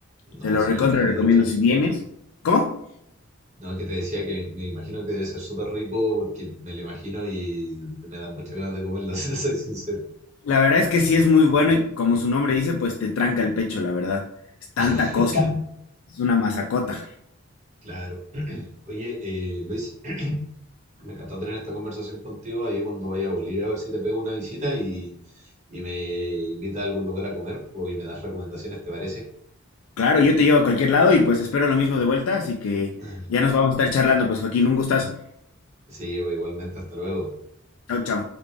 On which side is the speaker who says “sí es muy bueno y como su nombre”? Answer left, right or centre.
Left